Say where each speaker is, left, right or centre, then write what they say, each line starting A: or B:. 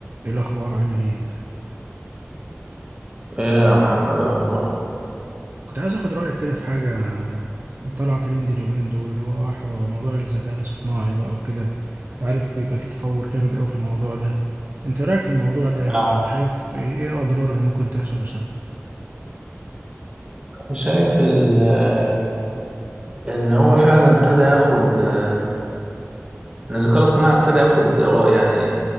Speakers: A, on the right; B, on the right.
A: ايه الاخبار عامل ايه
B: ايه يا محمد إيه الاخبار
A: كنت عايز اخد رايك كده في حاجه كانت طالعه ترند اليومين دول اللي هو حو- موضوع الذكاء الاصطناعي بقى وكده انت عارف بيبقى فيه تطور جامد قوي في الموضوع ده انت رايك في الموضوع ده يعني
B: فعلا
A: وشايف ايه إيه اضرار اللي ممكن تحصل بسببه
B: انا شايف ال- آه، ان هو فعلا ابتدى ياخد آه، ان الذكاء الاصطناعي ابتدى ياخد و- يعني